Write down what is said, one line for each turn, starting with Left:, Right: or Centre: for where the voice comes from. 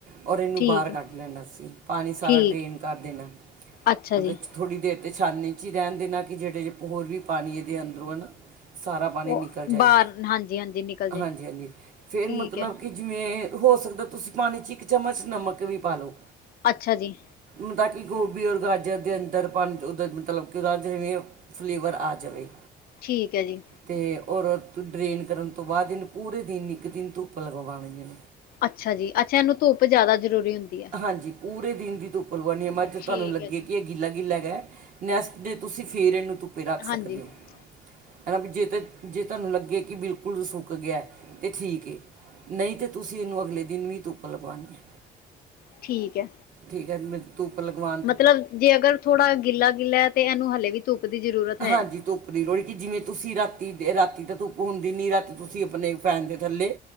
Right: ਓਰ ਏਨੂੰ
Left: ਠੀਕ
Right: ਬਾਰ ਕਾੱਡ
Left: ਹੈ,
Right: ਲੈਨਾ ਸੀ। ਪਾਨੀ ਸਾਰਾ
Left: ਠੀਕ,
Right: ਡਰੇਨ ਕਾਰ ਦੇਨਾ,
Left: ਅੱਛਾ
Right: ਮਤਲਬ
Left: ਜੀ।
Right: ਥੋੜੀ ਦੇਰ ਤੇ ਛਾਨੀ ਚੀ ਰੈਨ ਦੇਨਾ ਕਿ ਜੇੜੇ ਜੇ ਹੋਰ ਵੀ ਪਾਨੀ ਏਦੇ ਅੰਦਰੋਂ ਐ ਨਾ ਸਾਰਾ ਪਾਨੀ
Left: ਉਹ
Right: ਨਿਕਲ ਜਾਏ।
Left: ਬਾਹਰ ਹਾਂਜੀ-ਹਾਂਜੀ ਨਿਕਲ ਜੇ,
Right: ਹਾਂਜੀ, ਹਾਂਜੀ, ਫੇਰ
Left: ਠੀਕ
Right: ਮਤਲਬ
Left: ਹੈ,
Right: ਕਿ ਜਿਵੇਂ ਹੋ ਸਕਦਾ ਤੁਸੀ ਪਾਨੀ ਚ ਇੱਕ ਚਮਚ ਨਮਕ ਵੀ ਪਾਲੋ
Left: ਅੱਛਾ ਜੀ।
Right: ਮ ਤਾਂ ਕਿ ਗੋਭੀ ਓਰ ਗਾਜਰ ਦੇ ਅੰਦਰ <unintelligible> ਫਲੇਵਰ ਆ ਜਵੇ।
Left: ਠੀਕ ਐ ਜੀ।
Right: ਤੇ ਓਰ ਡਰੇਨ ਕਰਨ ਤੋ ਬਾਦ ਏਨ ਪੂਰੇ ਦਿਨ ਇੱਕ ਦਿਨ ਧੁੱਪ ਲਗਵਾਣੀ ਏ।
Left: ਅੱਛਾ ਜੀ, ਅੱਛਾ ਏਨੂੰ ਧੁੱਪ ਜੈਦਾ ਜ਼ਰੂਰੀ ਹੁੰਦੀ ਏ।
Right: ਹਾਂਜੀ, ਪੂਰੇ ਦਿਨ ਦੀ ਧੁੱਪ ਲਵਾਣੀ ਏ, ਮੱਜ ਤੋਆਨੂੰ
Left: ਠੀਕ
Right: ਲੱਗੇ
Left: ਹੈ ਜੀ,
Right: ਕਿ ਅ ਗਿਲਾ, ਗਿਲਾ ਹੈਗਾ, ਨੈਸਟ ਡੇ ਤੂਸੀ ਫੇਰ ਏਨੂੰ ਧੁੱਪੇ ਰਾੱਖ ਸਕਦੇ
Left: ਹਾਂਜੀ-ਹਾਂਜੀ।
Right: ਓ। ਹੈਨਾ ਵੀ ਜੇ ਤੇ, ਜੇ ਤਾਨੂੰ ਲੱਗੇ ਕਿ ਬਿਲਕੁਲ ਸੁੱਕ ਗੇਆ, ਤੇ ਠੀਕ ਏ। ਨਈ ਤੇ ਤੁਸੀ ਏਨੂੰ ਅਗਲੇ ਦਿਨ ਵੀ ਧੁੱਪ ਲਵਾਣੀ ਐ।
Left: ਠੀਕ ਐ।
Right: ਠੀਕ ਐ, ਮੈਂ ਧੁੱਪ ਲਗਵਾਨ
Left: ਮਤਲਬ ਜੇ ਅਗਰ ਥੋੜਾ ਗਿੱਲਾ, ਗਿੱਲਾ ਤੇ ਏਨੂੰ ਹਲੇ ਵੀ ਧੁੱਪ ਦੀ ਜ਼ਰੂਰਤ ਹੈ।
Right: ਹਾਂਜੀ, ਧੁੱਪ <unintelligible> ਜਿਵੇਂ ਤੁਸੀ‌ ਰਾਤੀ ਦੇ ਰਾਤੀ ਤੇ ਧੁੱਪ ਹੁੰਦੀ ਨੀ, ਰਾਤੀ ਤੁਸੀ ਆਪਨੇ ਫੈਨ ਦੇ ਥੱਲੇ